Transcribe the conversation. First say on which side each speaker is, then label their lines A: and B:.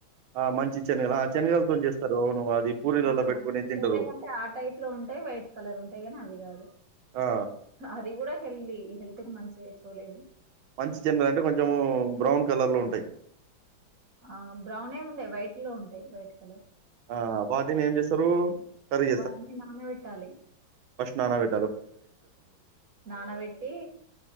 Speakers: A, on the right; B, on the right.
A: ఆ మంచి శనగలు ఆ శనగలతోని చేస్తారు అవును అది పూరీలలో
B: ఆహ
A: పెట్టుకొని
B: అవి చేయలేదంటే
A: తింటరు.
B: ఆ టైప్ లో ఉంటాయి వైట్ కలర్ ఉంటాయి కాని అవి కాదు
A: ఆ
B: అది కూడా హెల్దీ హెల్త్ కు మంచివే చోలేలు
A: మంచి చిన్నలు అంటే కొంచెము బ్రౌన్ కలర్ లో ఉంటాయి
B: ఆ బ్రౌన్ ఏమి ఉంటాయి వైట్ లో ఉంటాయి వైట్ కలర్
A: ఆ వాటిని ఏం చేస్తారు కర్రీ
B: వాటిని నానబెట్టాలి
A: నానాబె
B: నానబెట్టి